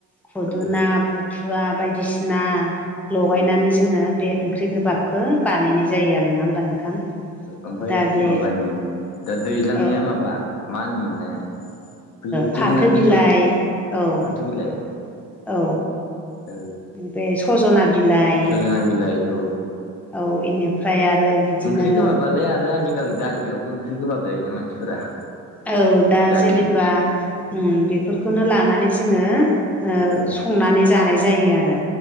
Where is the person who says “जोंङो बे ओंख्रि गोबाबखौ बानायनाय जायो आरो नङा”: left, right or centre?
Centre